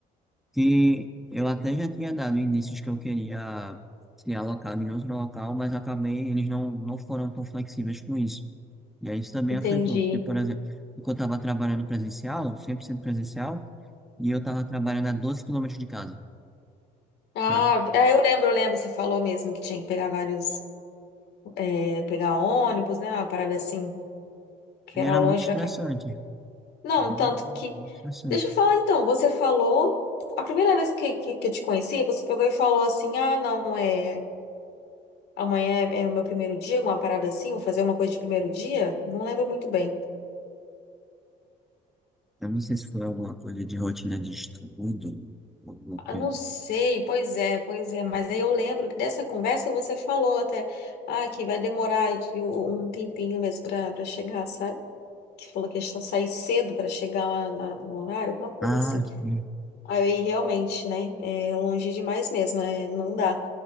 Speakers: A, in the centre; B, on the left (about 75°).
A: que eu até já tinha dado indícios que eu queria ser alocado em outro local, mas acabei, eles não, não foram tão flexíveis com isso. E aí isso também
B: entendi.
A: afetou, porque, por exemplo, porque eu estava trabalhando presencial, 100% presencial, e eu estava trabalhando a 12 quilômetros de casa,
B: Ah,
A: sabe?
B: é, eu lembro, eu lembro, você falou mesmo que tinha que pegar vários, é, pegar ônibus, né? Uma parada assim, que
A: E
B: era
A: era
B: longe
A: muito estressante,
B: pra cá. Não,
A: muito,
B: tanto que.
A: muito estressante.
B: Deixa eu falar então, você falou. A primeira vez que, que, que eu te conheci, você pegou e falou assim: ah, não, é. Amanhã é, é o meu primeiro dia, uma parada assim, vou fazer uma coisa de primeiro dia? Não lembro muito bem.
A: Eu não sei se foi alguma coisa de rotina de estudo, ou alguma coisa.
B: Ah, não sei, pois é, pois é, mas aí eu lembro que dessa conversa você falou até, ah, que vai demorar de- um tempinho mesmo pra, pra chegar, sabe? que falou que ia só sair cedo para chegar lá na- no horário, alguma coisa
A: Ah,
B: assim.
A: sim.
B: Aí realmente, né? É longe demais mesmo, é, não dá.